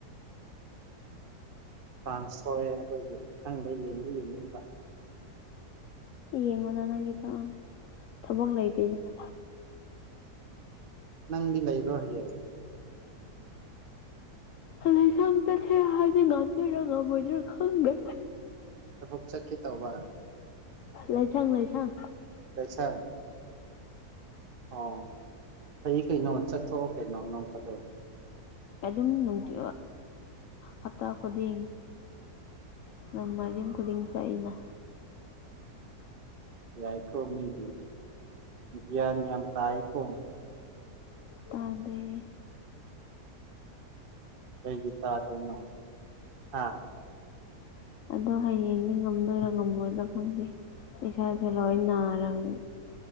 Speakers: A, on the right; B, on the left.
A: ꯆꯥꯟ ꯁꯣꯏꯑꯦ ꯑꯗꯨꯒꯤ ꯈꯪꯗ ꯌꯦꯡꯗꯤ ꯌꯦꯡꯅꯤꯡꯕ
B: ꯌꯦꯡꯉꯣ ꯅ ꯅꯪꯒꯤꯗ ꯊꯕꯛ ꯂꯩꯇꯦꯗꯅ
A: ꯅꯪꯗꯤ ꯂꯩꯕ꯭ꯔꯣ ꯍꯌꯦꯡ <unintelligible>
B: ꯍ <inaudible> ꯁ ꯆꯦꯔ ꯍꯥꯏꯗꯤ ꯉꯟꯗꯔꯕꯣꯏꯗ꯭ꯔ ꯈꯪꯒꯦ
A: ꯊꯕꯛ ꯆꯠꯀꯦ ꯇꯧꯕ
B: ꯂꯩꯁꯪ ꯂꯩꯁꯪ
A: ꯂꯩꯁꯪ ꯑꯣ ꯐꯩ ꯀꯩꯅꯣ ꯆꯠꯊꯣꯛꯑꯣ ꯀꯩꯅꯣ ꯅ ꯐꯗ
B: ꯑꯗꯨꯝꯅꯨꯡꯇꯤ ꯍꯞꯇꯥ ꯈꯨꯗꯤꯡ ꯅꯪ ꯃꯥꯏꯖꯤꯡ ꯈꯨꯗꯤꯡ ꯆꯥꯏꯅ
A: ꯌꯥꯏꯀꯣ ꯃꯤꯗꯤ ꯒꯌ꯭ꯥꯟ ꯌꯥꯝ ꯇꯥꯏꯀꯣ
B: ꯇꯥꯗꯦ
A: ꯀꯩꯒꯤ ꯇꯥꯗ꯭ꯔꯤꯅꯣ ꯍꯥ
B: <inaudible> ꯑꯗꯣ ꯍꯌꯦꯡꯗꯤ ꯉꯝꯗꯣꯏꯔꯥ ꯉꯝꯃꯣꯏꯔꯥ ꯈꯪꯗꯦ ꯏꯁꯥꯁꯦ ꯂꯣꯏ ꯅꯥꯔꯕꯅꯦ